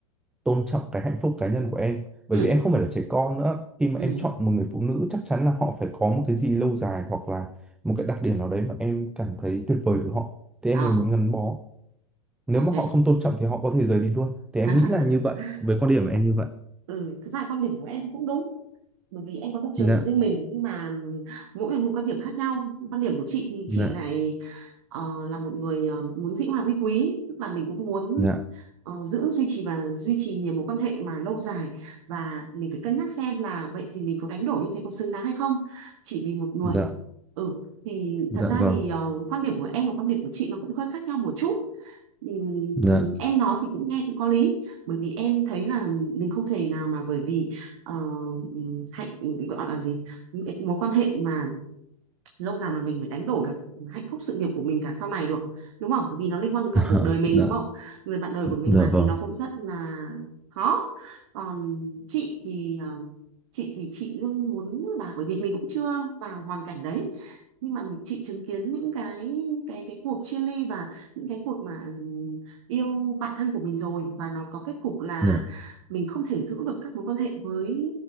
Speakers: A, in the centre; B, on the right (about 60°).
A: tôn trọng cái hạnh phúc cá nhân của em bởi
B: ừ
A: vì em không phải là trẻ con nữa khi mà
B: ừ.
A: em chọn một người phụ nữ chắc chắn là họ phải có một cái gì lâu dài hoặc là một cái đặc điểm nào đấy mà em cảm thấy tuyệt vời từ họ thì
B: ờ
A: em mới muốn gắn bó nếu
B: ok
A: mà họ không tôn trọng thì họ có thể rời đi luôn thì
B: <laughs>
A: em nghĩ là như vậy với quan điểm của em như vậy
B: Ừ, thật ra là quan điểm của em cũng đúng bởi vì em có lập trường
A: dạ
B: của riêng mình nhưng mà mỗi người một quan điểm khác nhau quan điểm của chị thì
A: dạ
B: chị lại ờ, là một người ờ, muốn dĩ hòa vi quý tức là mình cũng muốn
A: dạ
B: ờ, giữ duy trì và duy trì nhiều mối quan hệ mà lâu dài và mình phải cân nhắc xem là vậy thì mình có đánh đổi như thế có xứng đáng hay không chỉ vì một người
A: dạ
B: ừ thì
A: dạ
B: thật ra
A: vâng
B: thì ờ, quan điểm của em và quan điểm của chị nó cũng hơi khác nhau một chút Ừm,
A: dạ
B: ừm, em nói thì cũng nghe cũng có lý bởi vì em thấy là mình không thể nào mà bởi vì ờ, hạnh gọi là gì mối quan hệ mà lâu dài mà mình phải đánh đổi cả hạnh phúc sự nghiệp của mình cả sau này được đúng không bởi vì nó liên quan đến cả
A: <laughs>
B: cuộc đời mình đúng
A: dạ
B: không người bạn đời
A: dạ
B: của mình mà
A: vâng
B: thì nó cũng rất là khó còn chị thì ờ, chị thì chị luôn muốn là bởi vì mình cũng chưa vào hoàn cảnh đấy nhưng mà chị chứng kiến những cái cái cái cuộc chia ly và những cái cuộc mà ừm, yêu bạn thân của mình rồi và nó có kết cục là
A: dạ
B: mình không thể giữ được các mối quan hệ với